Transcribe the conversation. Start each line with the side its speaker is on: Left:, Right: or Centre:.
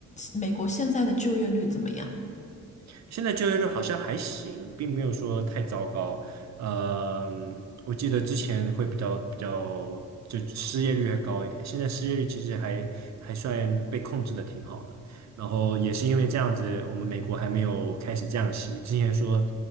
Left: 美国现在的就业率怎么样？
Right: 现在就业率好像还行，并没有说太糟糕。呃，我记得之前会比较比较，就失业率还高一点，现在失业率其实还还算被控制的挺好的。然后也是因为这样子，我们美国还没有开始降息。之前说